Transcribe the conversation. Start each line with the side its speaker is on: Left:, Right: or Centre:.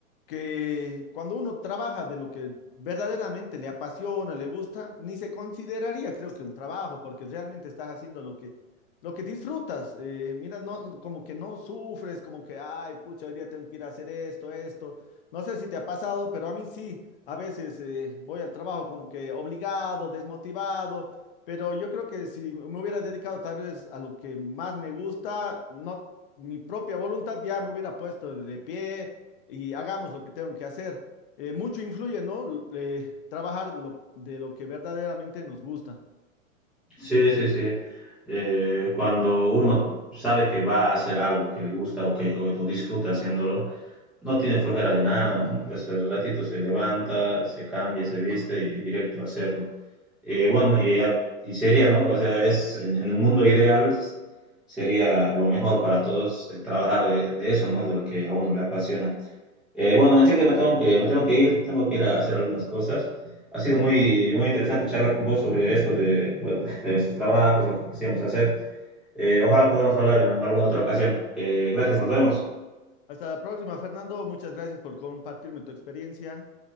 Left: que cuando uno trabaja de lo que verdaderamente le apasiona, le gusta, ni se consideraría, creo que un trabajo, porque realmente estás haciendo lo que, lo que disfrutas. Eh, mira, no, como que no sufres, como que, ay, pucha, hoy día tengo que ir a hacer esto, esto. No sé si te ha pasado, pero a mí sí. A veces eh, voy al trabajo como que obligado, desmotivado pero yo creo que si me hubiera dedicado tal vez a lo que más me gusta, no mi propia voluntad ya me hubiera puesto de pie y hagamos lo que tengo que hacer. Eh, mucho influye, ¿no? L- eh, trabajar lo, de lo que verdaderamente nos gusta.
Centre: Sí, sí, sí. Eh, cuando uno sabe que va a hacer algo que le gusta o que o, o disfruta haciéndolo, no tiene flojera de nada, ¿no? Pues el ratito se levanta, se cambia, se viste y directo a hacerlo. Eh, bueno, y, y sería, ¿no? O sea, es en, en el mundo ideal s- sería lo mejor para todos eh, trabajar de, de eso, ¿no? De lo que a uno le apasiona. Eh, bueno, así que me tengo que me tengo que ir, tengo que ir a hacer algunas cosas. Ha sido muy muy interesante charlar con vos sobre esto de bueno <laughs> de, de nuestros trabajos, lo que quisiéramos hacer. Eh, ojalá podamos hablar en alguna otra ocasión. Eh, gracias, nos vemos.
Left: Hasta la próxima, Fernando. Muchas gracias por compartirme tu experiencia.